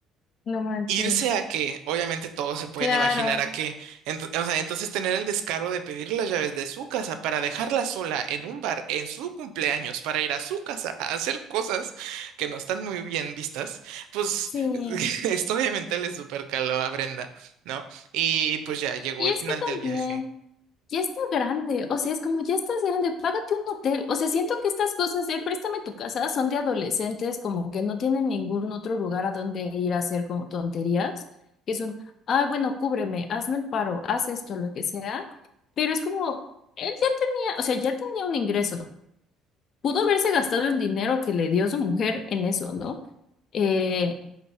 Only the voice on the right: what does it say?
Irse a que, obviamente todos se pueden
imaginar a que, ento- o sea, entonces tener el descaro de pedir las llaves de su casa para dejarla sola en un bar en su cumpleaños para ir a su casa a hacer cosas que no están muy bien vistas, pues
<laughs> esto obviamente le supercaló a Brenda, ¿no? Y pues ya llegó
el
final
del viaje.